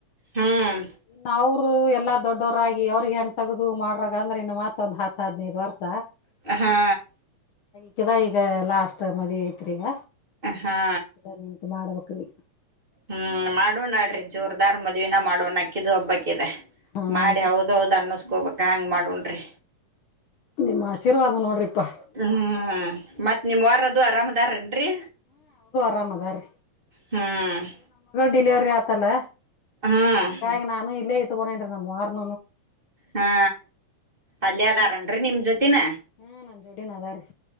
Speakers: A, on the right; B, on the left.
A: ಹ್ಮ್
B: ಇ ನವು ರು ಎಲ್ಲ ದೊಡ್ಡವರಾಗಿ ಅವ್ರಿಗೆ ಹೆನ್ ತಗದು ಮಾಡ್ರ ಅಂದ್ರ ಇನ್ನು ಮಾತ ಒಂದ್ ಹ ಹತ್ತ ಹದ್ಿನೈದು ವರ್ಷ
A: ಹಾ
B: ಹ ಿದ ಈಗ ಲಾಸ್ಟ್ ಮದುವೆ ಐತ್ರೀ ಈಗ
A: ಹಾ
B: ಇದ ನಿಂತ್ ಮಾಡ್ಬೇಕ್ರಿ
A: ಹ್ಮ್ ಮಾಡೋ ನಡ್ರಿ ಜೋರ್ದಾರ್ ಮದ್ವಿನ ಮಾಡೋಣ ಅಕ್ಕಿದು ಹಬ್ಬಕ್ಕಿದೆ
B: ಹೂನ್
A: ಮಾಡಿ ಹೌದೌದು ಅನ್ನ ಹೋಗಬಕ್ ಹ್ಯಾಂಗ್ ಮಾಡನ್್ರಿ
B: ನಿಮ್ ಆಶೀರ್ವಾದ ನೋಡ್ರಿಪಾ
A: ಹ್ಮ್ ಮತ್ ನಿಮ್ ವಾರದು ಆರಾಮ ರ ತ್ರೇ
B: ಅರಾಮದ ರೀ
A: ಹ್ಮ್
B: ಡಿಲಿವರಿ ಆತಲ್ಲ
A: ಹ್ಮ್
B: ಹಾಗ ನಾನು ಇಲ್ಲೇ ಇರ್ತೀನಿ ರ ನ ಅವಾರಣ
A: ಹಾ ಅಲ್ಲದಾರನ್ರಿ ನಿಮ್ ಜೊತಿನ
B: ಹ್ಮ್ ನನ್ ಜೋಡಿನ ಅದಾರ್ರಿ